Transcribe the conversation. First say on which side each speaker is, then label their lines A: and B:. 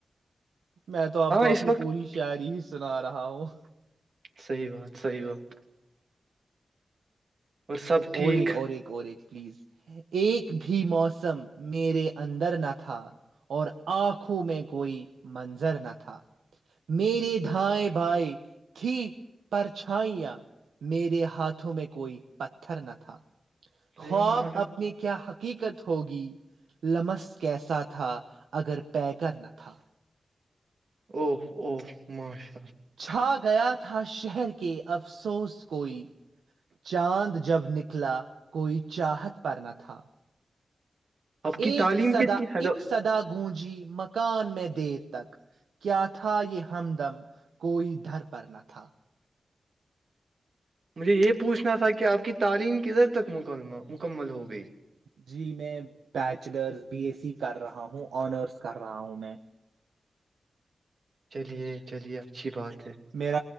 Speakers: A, on the right (about 80°); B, on the right (about 65°).
A: میں تو آپ کو اپنی
B: اس وقت
A: پوری شاعری ہی سنا رہا ہوں ہ
B: صحی بات صحی بات اور سب ٹھیک
A: اور ایک اور ایک اور ایک پلیز ایک بھی موسم میرے اندر نہ تھا اور آنکھوں میں کوئی منظر نہ تھا میری دھائ بھائی تھی پرچھائیاں میرے ہاتھوں میں کوئی پ تھھر نہ تھا
B: ٹرین
A: خواب
B: مر
A: اپنے کیا حق حقیقت ہوگی لمس کیسات تھا اگر طے کرنا تھا
B: او او مش
A: چھا گیا تھا شہ کے افسوس کوئی چاند جب نکلا کوئی چاہت پنا تھا
B: آپ کی
A: ا
B: تعلیم
A: سدا
B: کتنی ہیلو
A: اک سدا گونجی مکان میں دیر تک کیا تھا یہ ہمدم کوئی ادھر پر نہ تھا تھا
B: مجھے یہ پوچھنا تھا کہ آپ کی تعلیم کدھر تک مکمل ہوگی
A: جی میںچ بیچلرس بی ایس سی کر رہا ہوں آنرس کر رہا ہوں میں
B: چلیے چلیے اچھی بات ہے
A: میر